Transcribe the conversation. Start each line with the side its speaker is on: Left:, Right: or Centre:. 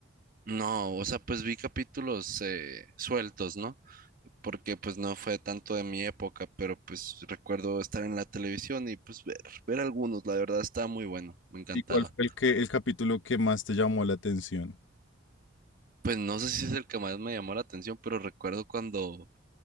Right: No, o sea, pues vi capítulos eh, sueltos, ¿no? Porque pues no fue tanto de mi época, pero pues recuerdo estar en la televisión y pues ver, ver algunos, la verdad estaba muy bueno, me encantaba.
Left: ¿Y cuál fue el que, el capítulo que más te llamó la atención?
Right: Pues no sé si es el que más me llamó la atención, pero recuerdo cuando